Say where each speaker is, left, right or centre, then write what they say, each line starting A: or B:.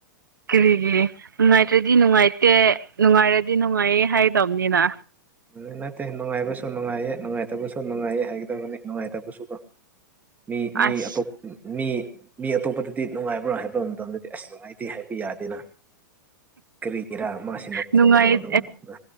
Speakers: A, on the right; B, on the right.
A: ꯀꯔꯤꯒꯤ ꯅꯨꯡꯉꯥꯏꯇ꯭ꯔꯗꯤ ꯅꯨꯡꯉꯥꯏꯇꯦ ꯅꯨꯡꯉꯥꯏꯔꯗꯤ ꯅꯨꯡꯉꯥꯏꯌꯦ ꯍꯥꯏꯗꯧꯅꯤꯅ
B: ꯑꯗꯨ ꯅꯠꯇꯦ ꯅꯨꯡꯉꯥꯏꯕꯁꯨ ꯅꯨꯡꯉꯥꯏꯌꯦ ꯅꯨꯡꯉꯥꯏꯇꯕꯁꯨ ꯅꯨꯡꯉꯥꯏꯌꯦ ꯍꯥꯏꯒꯗꯕꯅꯤ ꯅꯨꯡꯉꯥꯏꯇꯕꯁꯨꯀꯣ ꯃꯤ
A: ꯑꯁ
B: ꯃꯤ ꯑꯇꯣꯞꯄ ꯃꯤ ꯃꯤ ꯑꯇꯣꯞꯄꯗꯗꯤ ꯅꯨꯡꯉꯥꯏꯕ꯭ꯔꯥ ꯍꯥꯏꯕ ꯃꯇꯝꯗꯗꯤ ꯑꯁ ꯅꯨꯡꯉꯥꯏꯇꯦ ꯍꯥꯏꯕ ꯌꯥꯗꯦꯅ ꯀꯔꯤꯒꯤꯔꯥ ꯃꯥꯁꯤ ꯅꯨꯡꯉꯥꯏꯇꯕꯅꯣ
A: ꯅꯨꯡꯉꯥꯏ
B: ꯑꯗꯨꯝꯅ